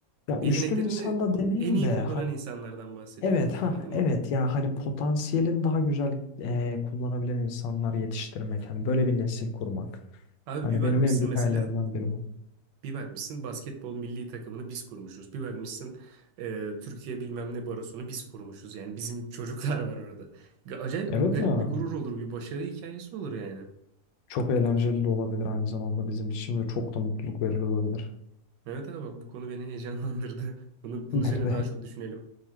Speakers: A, on the left (about 75°); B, on the right (about 75°).
A: ya
B: yeteneklerini
A: üstün insan da demeyeyim
B: en iyi
A: de
B: kullanan
A: hani
B: insanlardan bahsediyorum
A: evet ha
B: yani anladın
A: evet
B: mı?
A: ya hani potansiyelin daha güzel e, kullanabilen insanlar yetiştirmek. Hani böyle bir nesil kurmak.
B: Abi
A: Hani
B: bir bakmışsın
A: benim en büyük
B: mesela
A: hayallerimden biri bu.
B: Bir bakmışsın basketbol milli takımını biz kurmuşuz. Bir bakmışsın e, Türkiye bilmem ne barosunu biz kurmuşuz. Yani bizim <laughs> çocuklar var orada. Ga- Acayip
A: Evet
B: g- garip
A: ya
B: bir gurur olur, bir başarı hikayesi olur yani.
A: çok eğlenceli de olabilir aynı zamanda bizim için ve çok da mutluluk verici olabilir.
B: Evet abi bak bu konu beni heyecanlandırdı. <laughs> Bunu, bunun
A: <laughs> Beni
B: üzerine
A: de
B: daha çok düşünelim.